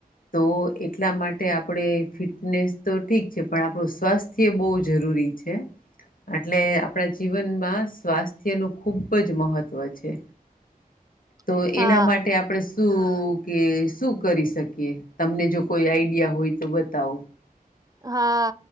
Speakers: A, on the left (about 65°); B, on the right (about 25°).
A: તો એટલા માટે આપણે ફિટનેસ તો ઠીક છે પણ આપણું સ્વાસ્થ્ય બહુ જરૂરી છે. એટલે આપણા જીવનમાં સ્વાસ્થ્યનું ખૂબ જ મહત્ત્વ છે.
B: <inaudible>
A: તો
B: હા
A: એના માટે આપણે શું કે શું કરી શકીએ તમને જો કોઈ આઈડિયા હોય તો બતાવો?
B: હા